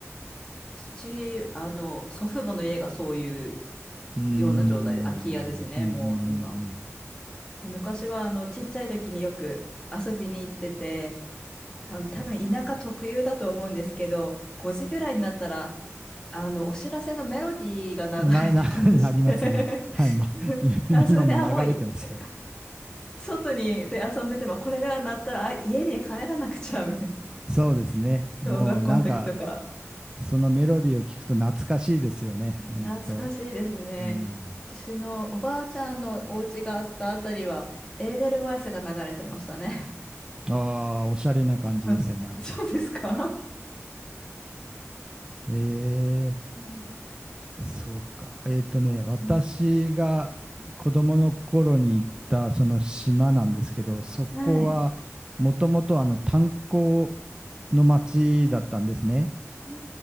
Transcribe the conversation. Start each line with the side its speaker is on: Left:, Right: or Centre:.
Left: ち、あの、祖父母の家がそういう
Right: うーん、
Left: ような状態で、空き家ですね、
Right: うん、う
Left: もう今は。
Right: ん、
Left: で昔は、あの、ちっちゃい時によく遊びに行ってて、あの多分田舎特有だと思うんですけど、5時ぐらいになったら、あの、お知らせのメロディーが流れてきまして
Right: な、な、<laughs> なりますね。はい、
Left: <laughs>
Right: ま、<laughs>
Left: あ、それで、
Right: 今今も流れてますよ。
Left: あ、もういい <laughs> 外にで遊んでても、これが鳴ったら、あ、家に帰らなくちゃ、みたいな。
Right: そうですね。
Left: <laughs>
Right: もうなんか
Left: 小学校の時とか。
Right: そのメロディーを聞くと懐かしいですよね、
Left: 懐かしいですね。
Right: ほんと。うん。
Left: 私のおばあちゃんのお家があったあたりは、エーデルワイスが流れてましたね。
Right: ああ、おしゃれな感じですね、
Left: <laughs>
Right: なんか。
Left: そうですか
Right: え
Left: うん
Right: え、そうか。えっとね、私が子供の頃に行ったその島なんですけど、
Left: うん
Right: そこはもともとあの炭鉱
Left: はい。
Right: の町だったんですね。
Left: うー